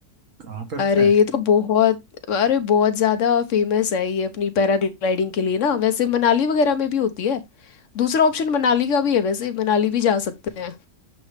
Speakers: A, on the right; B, on the left.
A: कहाँ पड़ता
B: अरे
A: है
B: ये तो बहुत अरे बहुत ज्यादा फेमस है ये अपनी पैराग्लाइडिंग के लिए ना वैसे मनाली वगैरह में भी होती है दूसरा ऑप्शन मनाली का भी है वैसे मनाली भी जा सकते हैं